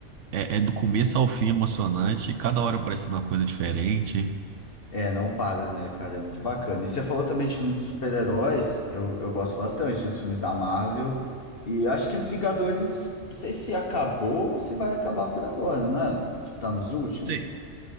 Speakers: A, on the right; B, on the left.
A: é, é do começo ao fim emocionante, cada hora parecendo uma coisa diferente.
B: é, não para, né, cara? É muito bacana. E você falou também de filme de super-heróis, eu, eu gosto bastante dos filmes da Marvel. E acho que os Vingadores, não sei se acabou ou se vai acabar por agora, né? Tipo, tá nos últimos.
A: Sei.